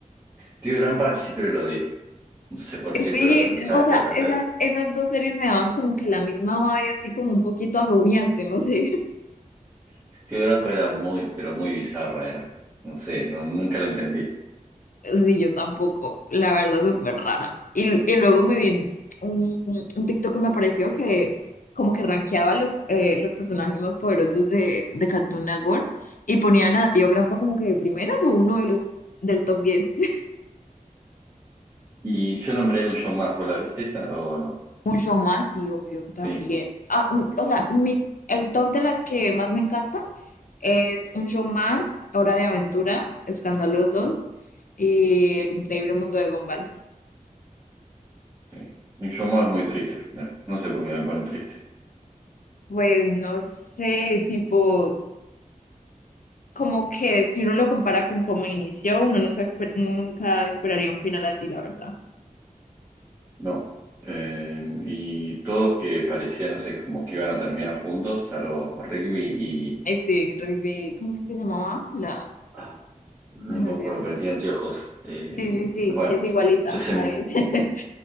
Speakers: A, on the right (about 15°); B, on the left (about 70°).
A: Tío de siempre lo odié. No sé por qué,
B: Sí,
A: pero cada
B: o
A: vez
B: sea,
A: que pasaba
B: esas,
A: el
B: esas dos series me daban como que la misma vaya así como un poquito agobiante, no sé.
A: sí, Tío de era muy, pero muy bizarra era. No sé, no, nunca lo entendí.
B: Sí, yo tampoco, la verdad, súper rara. Y, y luego me vi un, un TikTok que me apareció que como que rankeaba los, eh, los personajes más poderosos de, de Cartoon Network y ponían a Tío Grampa como que de primeras o uno de los del top diez <laughs>
A: Y yo nombré un show más, ¿vos la viste esa o no?
B: Un show más, sí, obvio, también.
A: Sí.
B: Ah, un- o sea, mi, el top de las que más me encantan es Un Show Más, Hora de Aventura, Escandalosos y El Increíble Mundo de Gumball.
A: Sí. Inshouma es muy triste al final. No sé por qué me pone triste.
B: Pues no sé, tipo... como que si uno lo compara con cómo inició, uno nunca, esper- uno nunca esperaría un final así, la verdad.
A: No. Eh, y todos que parecían, no sé, como que iban a terminar juntos, salvo Rigby y...
B: Ese rugby, ¿cómo es que se llamaba? La,
A: ah, no
B: se
A: me
B: me olvidó.
A: acuerdo, pero tenía anteojos. Eh,
B: Sí, sí, sí,
A: bueno,
B: que es igualita.
A: ya se
B: A
A: me,
B: ver. <laughs>